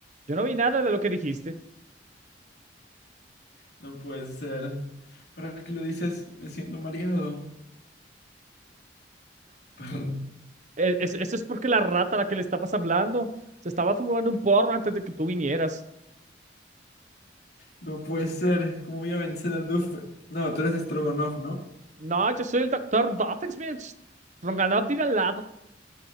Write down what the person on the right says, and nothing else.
Yo no vi nada de lo que dijiste.
<laughs> Eso es porque la rata a la que le estabas hablando se estaba fumando un porro antes de que tú vinieras.
No, yo soy el doctor Doofenshmirtz. Stronganoff vive al lado.